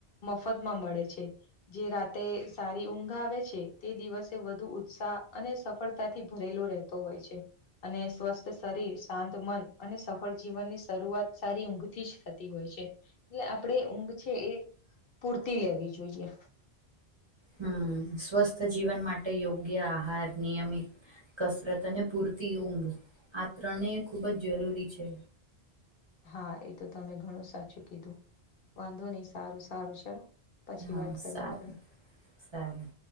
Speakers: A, on the left (about 65°); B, on the right (about 30°).
A: મફતમાં મળે છે. જે રાતે સારી ઊંઘ આવે છે તે દિવસે વધુ ઉત્સાહ અને સફળતાથી ભરેલો રહેતો હોય છે. અને સ્વસ્થ શરીર, શાંત મન અને સફળ જીવનની શરૂઆત સારી ઊંઘથી જ થતી હોય છે. એટલે આપણેે ઊંઘ છે એ પૂરતી લેવી જોઈએ.
B: હમ સ્વસ્થ જીવન માટે યોગ્ય આહાર, નિયમિત કસરત અને પૂરતી ઊંઘ આ ત્રણે ખૂબ જ જરૂરી છે.
A: હા એતો તમે ઘણું સાચું કીધું. વાંધો નહી સારું સારું ચલો. પછી
B: હા
A: વાત કરીએ
B: સારું
A: આપણે.
B: સારું.